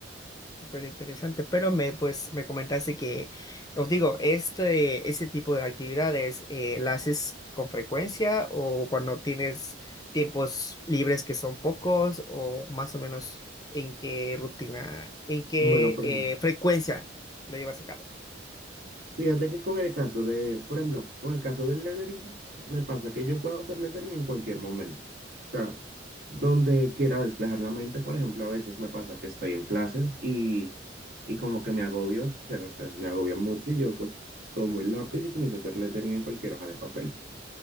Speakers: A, on the left (about 20°); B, on the right (about 55°).
A: Súper interesante, pero me, pues, me comentaste que, os digo, este, ese tipo de actividades, eh, ¿la haces con frecuencia o cuando tienes tiempos libres que son pocos o más o menos en qué rutina, en qué
B: Bueno, por
A: eh,
B: ejemplo.
A: frecuencia lo llevas a cabo?
B: Fíjate que con el caso de, por ejemplo, con el caso del lettering, me pasa que yo puedo hacer lettering en cualquier momento. O sea, donde quiera despejar la mente, por ejemplo, a veces me pasa que estoy en clase y, y como que me agobio, o sea, las clases me agobian mucho y yo pues tomo un lápiz y comienzo a hacer lettering en cualquier hoja de papel.